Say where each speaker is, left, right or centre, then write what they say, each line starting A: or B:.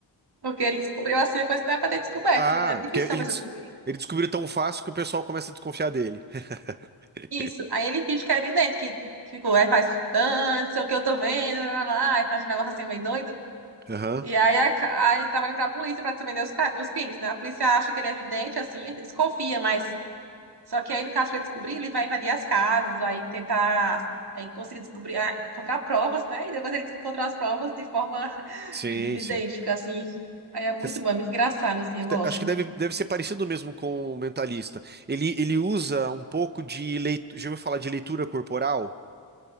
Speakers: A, on the right; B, on the right.
A: porque ele descobriu, assim, a coisa que não é pra ter descoberto,
B: Ah,
A: era difícil
B: porque ele,
A: pra
B: des-
A: você descobrir.
B: ele descobriu tão fácil que o pessoal começa a desconfiar dele. <laughs>
A: Isso. Aí ele finge que é evidente que ficou, aí faz tanto, não sei o que eu tô vendo, lá, lá, lá", aí faz um negócio assim meio doido.
B: Aham,
A: E aí, a, ca- aí trabalha pra polícia pra defender os, ca- os crimes, né? A polícia acha que ele é evidente, assim, ele desconfia, mas. Só que aí, no caso, pra ele descobrir, ele vai invadir as casas, vai tentar. Aí conseguir descobrir, ah, encontrar provas, né? E depois ele encontrou as provas de forma <laughs>
B: Sim,
A: idêntica,
B: sim.
A: assim. Aí é muito
B: Esse-
A: bom, é muito engraçado, assim, eu gosto.
B: Acho que deve, deve ser parecido mesmo com o mentalista. Ele, ele usa um pouco de leitura. Já ouviu falar de leitura corporal?